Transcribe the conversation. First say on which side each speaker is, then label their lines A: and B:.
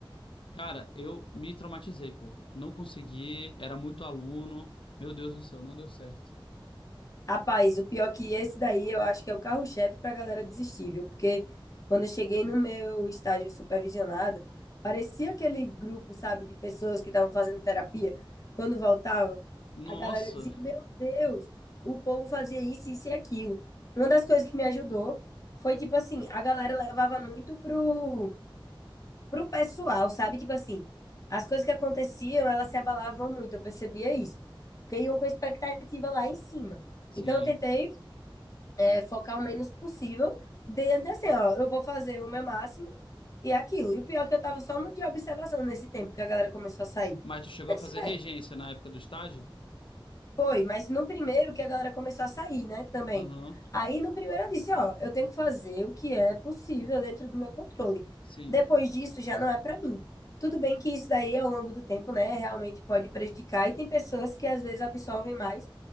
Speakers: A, on the left (about 75°); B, on the left (about 40°).
A: Cara, eu me traumatizei, pô. Não consegui, era muito aluno. Meu Deus do céu, não deu certo.
B: Rapaz, o pior que esse daí eu acho que é o carro-chefe para a galera desistir, viu? Porque quando eu cheguei no meu estágio supervisionado, parecia aquele grupo, sabe, de pessoas que estavam fazendo terapia. Quando voltava,
A: Nossa,
B: a galera dizia: Meu Deus, o povo fazia isso, isso e aquilo. Uma das coisas que me ajudou foi, tipo assim, a galera levava muito pro, pro pessoal, sabe? Tipo assim, as coisas que aconteciam, elas se abalavam muito, eu percebia isso. Porque iam com expectativa lá em cima.
A: sim.
B: Então, eu tentei é focar o menos possível dentro assim, ó, eu vou fazer o meu máximo e aquilo. E o pior é que eu tava só no de observação nesse tempo que a galera começou a sair.
A: Mas tu chegou
B: Eu
A: a
B: disse,
A: fazer
B: véi,
A: regência na época do estágio?
B: foi, mas no primeiro que a galera começou a sair, né, também.
A: Aham,
B: Aí no primeiro eu disse, ó, eu tenho que fazer o que é possível dentro do meu controle.
A: sim.
B: Depois disso já não é pra mim. Tudo bem que isso daí ao longo do tempo, né, realmente pode prejudicar e tem pessoas que às vezes absorvem mais